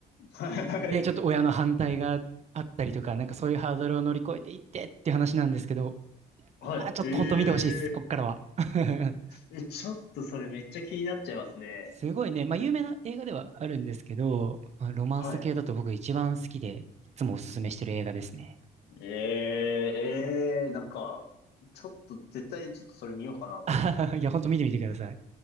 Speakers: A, on the left; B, on the right.
A: はい。
B: で、ちょっと親の反対があったりとか、なんかそういうハードルを乗り越えていってっていう話なんですけど、
A: はい。
B: まあちょっと本当見てほしいです、
A: え
B: こっからは。<laughs>
A: ー。え、ちょっとそれめっちゃ気になっちゃいますね。
B: すごいね。まあ、有名な映画ではあるんですけど、まあ、ロマンス系だと僕一番好きで、
A: はい。
B: いつもおすすめしてる映画ですね。
A: えーええ、なんか、ちょっと絶対ちょっとそれ見ようかなと思いますね。
B: <laughs> いや、ほんと見てみてください。